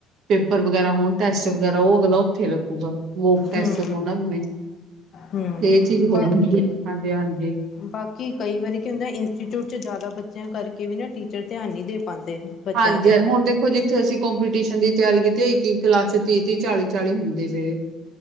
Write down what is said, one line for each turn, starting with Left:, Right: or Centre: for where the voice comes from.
Right: ਪੇਪਰ ਵਗੈਰਾ ਹੋਣ ਟੈਸਟ ਵਗੈਰਾ ਉਹ ਅਗਲਾ ਉੱਥੇ ਲੱਗੂਗਾ ਵੋ ਟੈਸਟ
Left: ਹੂੰ
Right: ਹੋਣ ਆਪਣੇ
Left: ਹੂੰ
Right: ਇਹ ਚੀਜ਼ ਹੋਦੀ
Left: ਬਾ
Right: ਆ ਹਾਂਜੀ-ਹਾਂਜੀ
Left: ਬਾਕੀ ਕਈ ਵਾਰੀ ਕੀ ਹੁੰਦਾ ਇੰਸਟੀਚਿਊਟ ਚ ਜ਼ਿਆਦਾ ਬੱਚਿਆਂ ਕਰਕੇ ਵੀ ਨਾ ਟੀਚਰ ਧਿਆਨ ਨਹੀਂ ਦੇ ਪਾਉਂਦੇ। ਬੱਚਿਆਂ
Right: ਹਾਂਜੀ-ਹਾਂਜੀ
Left: ਤੇ
Right: ਹੁਣ ਦੇਖੋ ਉਹ ਜਿੱਥੇ ਅਸੀਂ ਕੋਂਪੀਟੀਸ਼ਨ ਦੀ ਤਿਆਰੀ ਕੀਤੀ ਇੱਕੀ ਹੀ ਕਲਾਸ ਚ ਤੀਹ-ਤੀਹ, ਚਾਲੀ-ਚਾਲੀ ਹੁੰਦੇ ਸੀਗੇ